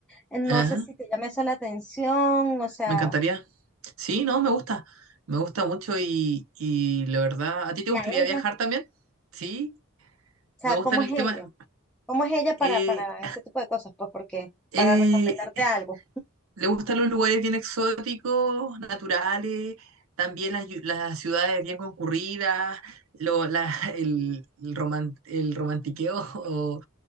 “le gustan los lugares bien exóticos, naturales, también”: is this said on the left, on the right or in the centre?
Right